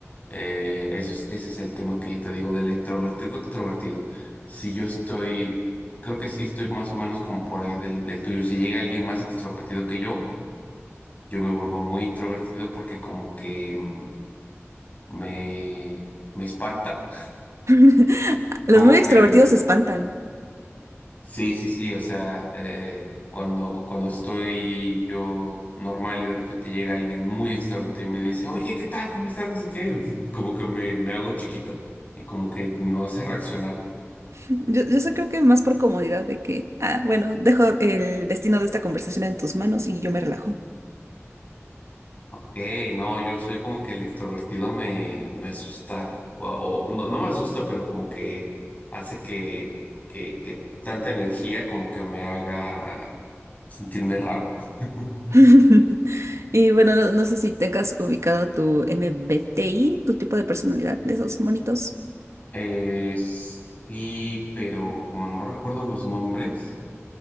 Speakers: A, on the left (about 35°); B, on the right (about 75°).
A: Eh, eso es- ese es el tema que yo te digo del introvertido extrovertido. Si yo estoy, creo que sí estoy más o menos como por ahí del, del tuyo. Si llega alguien más extrovertido que yo, yo me vuelvo muy introvertido porque como que mm, me, me espanta.
B: <laughs>
A: <laughs>
B: Los
A: Como
B: muy extrovertidos
A: que
B: se espantan.
A: sí, sí, sí. O sea, eh, cuando, cuando estoy yo normal y de repente llega alguien muy extrovertido y me dice, oye, ¿qué tal? ¿Cómo estás? No sé qué. <laughs> Como que me, me hago chiquito y como que no sé reaccionar.
B: Yo, yo sé, creo que más por comodidad de que, ah, bueno, dejo el destino de esta conversación en tus manos y yo me relajo.
A: Hey, no, yo soy como que el extrovertido me, me asusta, o, o- no, no me asusta, pero como que hace que, que, que tanta energía como que me haga sentirme raro. <laughs>
B: <laughs> Y bueno, no, no sé si tengas ubicado tu MBTI, tu tipo de personalidad de esos monitos.
A: Eh, sí, pero como no recuerdo los nombres,